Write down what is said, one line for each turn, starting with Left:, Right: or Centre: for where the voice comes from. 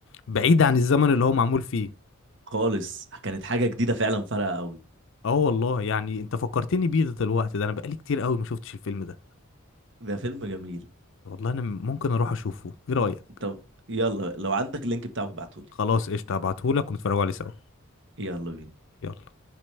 Left: بعيد عن الزمن اللي هو معمول فيه
Right: خالص كانت حاجة جديدة فعلا فارقة قوي
Left: اه والله يعني انت فكرتني بيه ده دلوقتي ده انا بقالي كتير قوي ما شفتش الفيلم ده
Right: ده فيلم جميل
Left: والله انا ممكن اروح اشوفه ايه رايك
Right: طب يلا لو عندك اللينك بتاعه ابعتهولي
Left: خلاص قشطه هبعتهولك ونتفرجوا عليه سوا
Right: يلا بينا
Left: يلا